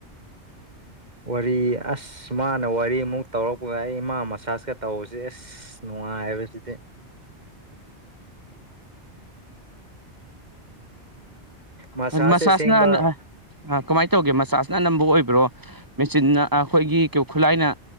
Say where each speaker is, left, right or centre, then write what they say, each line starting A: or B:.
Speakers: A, on the right (about 35°); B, on the right (about 15°).
A: ꯋꯥꯔꯤ ꯑꯁ ꯃꯥꯅ ꯋꯥꯔꯤꯃꯨꯛ ꯇꯧꯔꯛꯄꯒ ꯑꯩ ꯏꯃꯥ ꯃꯁꯥꯥꯁꯀ ꯇꯧꯕꯁꯦ ꯑꯦꯁ ꯅꯨꯡꯉꯥꯏꯕꯁꯤꯗꯤ ꯃꯁꯥꯁꯁꯦ
B: ꯃꯁꯥꯁꯅ
A: ꯑꯁꯦꯡꯕ
B: ꯑ ꯀꯃꯥꯏ ꯇꯧꯒꯦ ꯃꯁꯥꯁꯅ ꯑꯅꯝꯕ ꯑꯣꯏꯕ꯭ꯔꯣ ꯃꯦꯆꯤꯟꯅ ꯑ ꯑꯩꯈꯣꯏꯒꯤ ꯈꯨꯠꯂꯥꯏꯅ